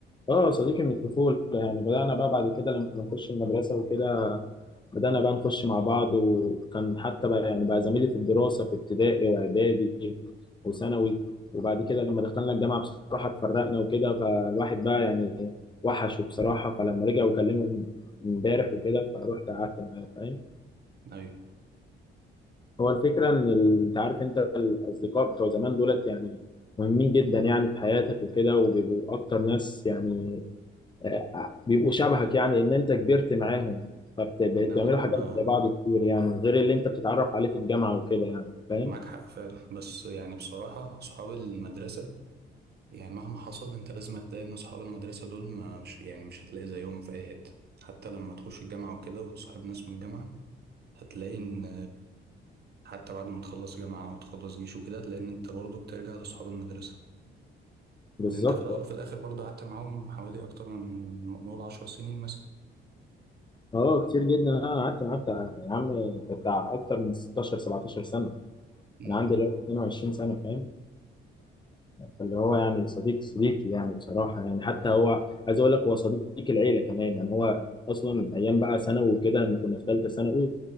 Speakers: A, on the left (about 25°); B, on the right (about 55°).
A: اه صديقي من الطفوله يعني بدانا بقى بعد كده لما نخش المدرسه وكده بدأنا بقى نخش مع بعض وكان حتى بقى يعني بقى زميلي في الدراسة في ابتدائي وإعدادي وثانوي وبعد كده لما دخلنا الجامعة بصراحة اتفرقنا وكده فالواحد بقى يعني وحشه بصراحة فلما رجع وكلمه امبارح وكده فروحت قعدت معاه فاهم
B: ايوه
A: هو الفكرة إن ال- أنت عارف أنت الأصدقاء بتوع زمان دولت يعني مهمين جدا يعني في حياتك وكده وبيبقوا أكتر ناس يعني آه، بيبقوا شبهك يعني ان انت كبرت معاهم فبقيت
B: لا
A: تعملوا
B: لا
A: حاجات
B: ما
A: زي بعض كتير يعني غير اللي انت بتتعرف عليه في الجامعه وكده يعني فاهم
B: معاك حق فعلا بس يعني بصراحة أصحاب المدرسة يعني مهما حصل أنت لازم هتلاقي إن أصحاب المدرسة دول ما مش يعني مش هتلاقي زيهم في أي حتة حتى لما تخش الجامعة وكده وتصاحب ناس من الجامعة هتلاقي إن حتى بعد ما تخلص جامعة أو تخلص جيش وكده لأن أنت برضو بترجع لأصحاب المدرسة
A: بالظبط
B: لأن أنت في الأول وفي الآخر برضو قعدت معاهم حوالي أكتر من نقول عشر سنين مثلا
A: اه كتير جدا انا قعدت قعدت يا عم بتاع اكتر من 16 17 سنه
B: امم
A: انا عندي دلوقتي 22 سنه فاهم فاللي هو يعني صديق صديقي يعني بصراحه يعني حتى هو عايز اقول لك هو صديق العيله كمان يعني هو اصلا ايام بقى ثانوي وكده لما كنا في ثالثه ثانوي